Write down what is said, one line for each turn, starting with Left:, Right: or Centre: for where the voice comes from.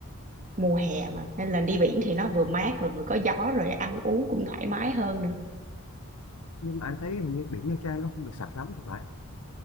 Right: mùa hè mà nên là đi biển thì nó vừa mát rồi vừa có gió rồi ăn uống cũng thoải mái hơn nữa.
Left: Nhưng mà anh thấy hình như biển Nha Trang nó không được sạch lắm thì phải.